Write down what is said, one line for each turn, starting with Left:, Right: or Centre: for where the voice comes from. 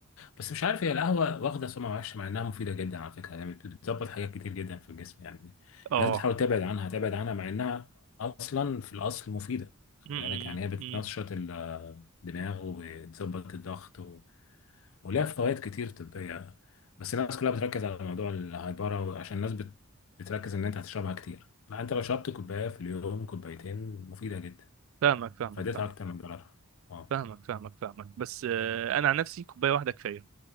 Left: بس مش عارف هي القهوة واخدة سمعة وحشة مع إنها مفيدة جدا على فكرة يعني بت- بتظبط حاجات كتير جدا في الجسم يعني
Right: اه
Left: الناس بتحاول تبعد عنها تبعد عنها مع إنها أصلا في الأصل مفيدة خد
Right: م-
Left: بالك يعني هي بتنشط
Right: م- م.
Left: ال- الدماغ وبتظبط الضغط و... وليها فوائد كتير طبية بس الناس كلها بتركز على موضوع الهايبرة عشان الناس بت... بتركز إن أنت هتشربها كتير لا أنت لو شربت كوباية في اليوم كوبايتين مفيدة جدا
Right: فاهمك فاهمك
Left: فائدتها
Right: فاهمك
Left: أكتر من ضررها أه
Right: فاهمك فاهمك فاهمك بس آه، انا عن نفسي كوبايه واحده كفايه